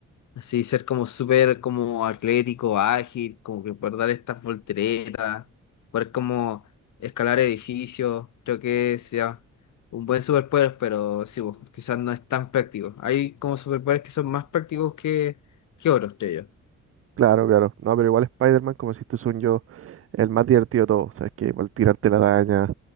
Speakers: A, on the left (about 65°); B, on the right (about 45°).
A: así ser como súper como atlético, ágil, como que poder dar estas volteretas, poder como escalar edificios, creo que sea un buen superpoder, pero sí, pues, quizás no es tan práctico. Hay como superpoderes que son más prácticos que, que otros, creo yo.
B: Claro, claro. No, pero igual Spider-Man, como decís tú, son yo el más divertido de todos. O sea, es que igual tirarte la araña,